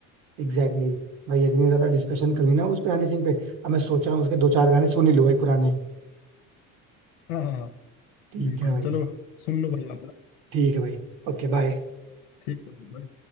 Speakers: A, on the right; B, on the left.
A: Exactly exactly. भाई इतनी ज्यादा डिस्कशन कर ली ना उस पे हनी सिंह पे अब मैं सोच रहा हूँ उसके दो चार गाने सुन ही लूँ भाई पुराने
B: हाँ हाँ हाँ,
A: ठीक
B: बिल्कुल
A: है भाई
B: चलो सुन लो भाई आप ना
A: ठीक है भाई Okay bye
B: ठीक है भाई